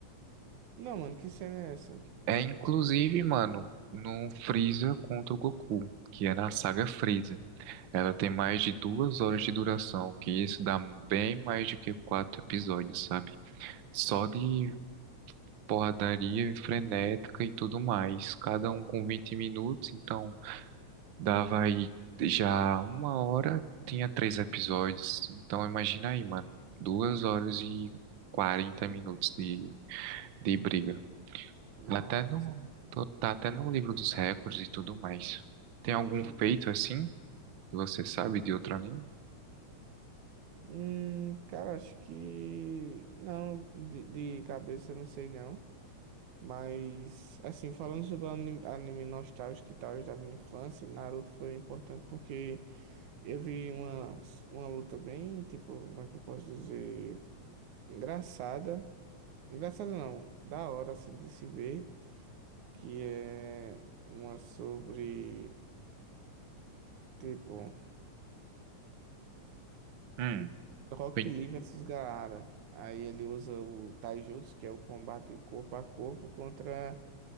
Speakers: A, on the right (about 85°); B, on the right (about 60°).
A: Não, mano, que cena é essa?
B: é inclusive, mano, no Freeza contra o Goku, que é na saga Freeza. Ela tem mais de duas horas de duração, que isso dá bem mais do que quatro episódios, sabe? Só de porradaria frenética e tudo mais. Cada um com 20 minutos, então dava aí já uma hora, tinha três episódios. Então imagina aí, mano, duas horas e quarenta minutos de, de briga.
A: Nossa,
B: Ela até no, tô- tá até no livro dos recordes e tudo mais. Tem algum
A: que.
B: feito assim que você sabe de outro anime?
A: Hum, cara, acho que. Não, de, de cabeça eu não sei não. Mas, assim, falando sobre o ani- anime nostálgico e tal da minha infância, Naruto foi importante porque Eu vi uma, uma luta bem, tipo, como é que eu posso dizer? Engraçada. Engraçada não, da hora, assim, de se ver. Que é uma sobre, tipo,
B: Hum,
A: Rock
B: bem,
A: Lee versus Gaara. Aí ele usa o Taijutsu, que é o combate corpo a corpo, contra